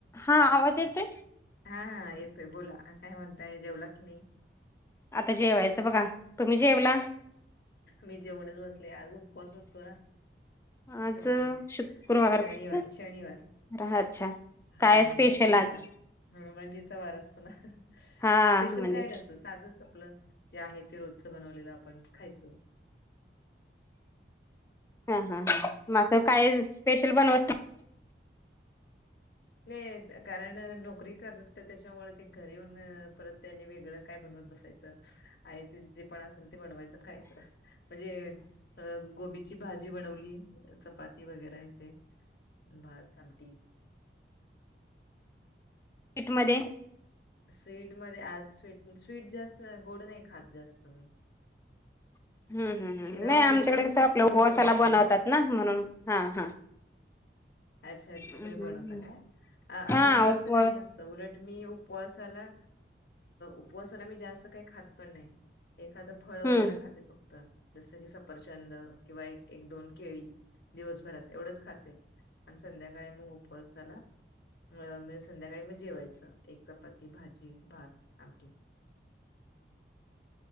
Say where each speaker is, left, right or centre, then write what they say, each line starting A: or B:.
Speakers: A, on the left (about 15°); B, on the left (about 65°).
A: हा, आवाज येतोय?
B: हा, येतोय बोला, काय म्हणतायं जेवला कि नाही?
A: आता जेवायचं बघा, तुम्ही जेवला?
B: मी जेवुणच बसले, आज उपवास असतो ना. त्याच्यामुळे,
A: आज शुक्रवार
B: शनिवार,
A: का
B: शनिवार,
A: हा अच्छा काय
B: हा हनुमानजीचा.
A: स्पेशल आज
B: हनुमान जी चा वार असतो ना,
A: हा
B: स्पेशल
A: म्हणजे
B: काय नसतं साधच आपलं जे आहे ते रोजच बनवलेलं आपण, खायच.
A: हा हा हा, म काय स्पेशल बनव
B: नाही, कारण नोकरी करत त्याच्यामुळे ते घरी येऊन, परत त्यांनी वेगळं काय बनवत बसायचं, आहे ते जे पण असेल ते बनवायचं, आणि खायचं. म्हणजे अ गोबीची भाजी बनवली, चपाती वगैरे हे ते, भात, आमटी.
A: मध्ये
B: स्वीट मध्ये, आज स्वीट जास्त गोड नाही खातं जास्त, मी.
A: हम हम हम,
B: शिरा
A: नाही,
B: वगैरे
A: आमच्याकडे
B: पण
A: कसं
B: खूप
A: आपलं
B: कमी
A: ऊपवासाला
B: बनवतो
A: बनवतात
B: आम्ही
A: ना, म्हणून हा हा.
B: अच्छा, अच्छा!
A: हम्म.
B: तुम्ही बनवता काय?
A: हा
B: माझं
A: उप
B: असं काय नसतं, उलट मी उपवासाला, उपवासाला मी जास्त काही खात पण नाही. एखादं फळ
A: हम्म
B: वगैरे खाते फक्त. जस की सफरचंद, किंवा एक, एक दोन केळी, दिवसभरात एवढंच खाते. आणि संध्याकाळी मग उपवास झाला म संध्याकाळी मग जेवायचं, एक चपाती, भाजी, भात, आमटी.
A: <inaudible>